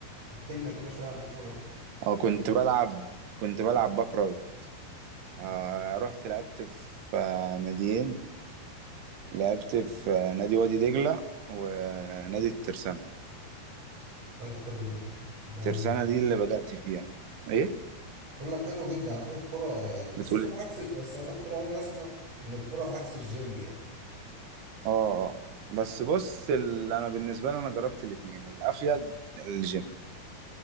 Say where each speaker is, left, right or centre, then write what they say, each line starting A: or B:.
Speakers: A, on the right; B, on the right.
A: احكي لنا كده شوية عن الكورة بتاعتك.
B: اه كنت بلعب كنت بلعب باك رايت آه رحت لعبت في آه، ناديين لعبت في آه، نادي وادي دجلة ونادي الترسانة
A: طيب حلو جدا يعني
B: الترسانة دي اللي بدأت فيها ايه
A: بقول لك حلو جدا على فكرة الكورة يعني بس
B: بتقول
A: الكورة
B: إيه؟
A: عكس بس انا طول عمري اسمع ان الكورة عكس الجيم يعني
B: اه آه. بس بص ال- انا بالنسبة لي انا جربت الاتنين الافيد الجيم